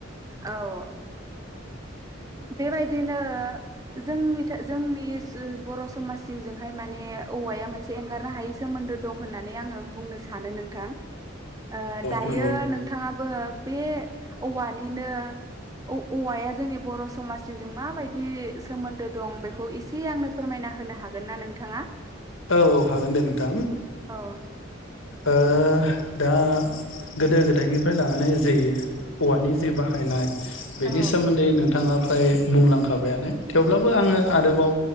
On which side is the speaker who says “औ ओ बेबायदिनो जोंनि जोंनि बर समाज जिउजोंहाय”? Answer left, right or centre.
Right